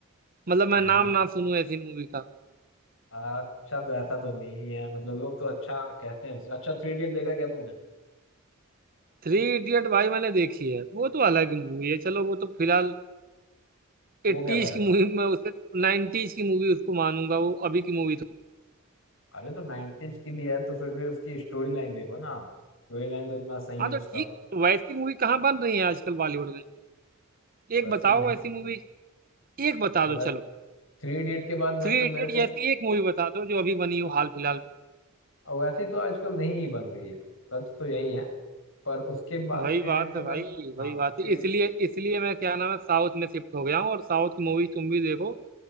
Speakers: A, on the right; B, on the left.
A: मतलब मैं
B: हाँ
A: नाम ना सुनूं ऐसी मूवी का
B: अच्छा तो ऐसा तो नहीं है मतलब लोग तो अच्छा कहते हैं उसे। अच्छा थ्री इडियट देखा क्या तुमने
A: थ्री इडियट भाई मैंने देखी है वो तो अलग मूवी है चलो वो तो फिलहाल
B: वो
A: एट्टीज
B: कैसा लगा
A: की मूवी में उसे नाइनटीज की मूवी उसको मानूंगा वो अभी की मूवी तो
B: अरे तो 90s की भी है तो फिर भी उसकी स्टोरी लाइन देखो ना आप स्टोरी लाइन तो इतना सही
A: हाँ
B: है
A: तो
B: उसका
A: ठीक तो वैसी मूवी कहाँ बन रही है आजकल बॉलीवुड में एक
B: वैसे
A: बताओ
B: भी नहीं
A: वैसी मूवी एक बता
B: वो
A: दो चलो
B: थ्री इडियट के बाद मतलब
A: थ्री
B: मेरे
A: इडियट
B: को
A: जैसी एक मूवी बता दो जो अभी बनी हो हाल फिलहाल में
B: वैसे ही तो आजकल नहीं ही बन रही है सच तो यही है पर उसके बाद
A: वही
B: थ्री
A: बात
B: इडियट के
A: है
B: बाद
A: भाई
B: हाँ
A: वही बात
B: थ्री
A: है
B: इडियट
A: इसलिए इसलिए मैं क्या नाम है साउथ में शिफ्ट हो गया हूँ और साउथ की मूवी तुम भी देखो